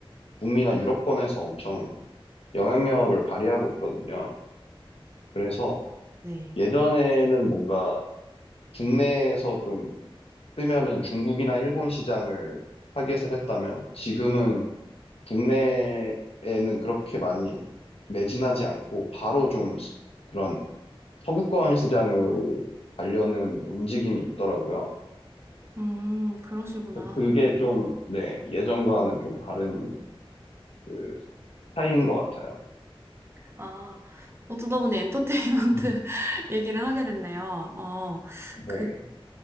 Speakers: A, on the left; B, on the right.
A: 북미나 유럽권에서 엄청 영향력을 발휘하고 있거든요. 그래서
B: 네.
A: 예전에는 뭔가 국내에서 좀 뜨면은 중국이나 일본 시장을 타겟을 했다면 지금은 국내에는 그렇게 많이 매진하지 않고 바로 좀 그런 서구권 시장으로 가려는 움직임이 있더라고요.
B: 음, 그러시구나.
A: 그래서 그게 좀, 네, 예전과는 좀 다른 그 스타일인 것 같아요.
B: 아, 어쩌다 보니 엔터테인먼트
A: 음.
B: <laughs> 얘기를 하게 됐네요. 어,
A: 네.
B: 그,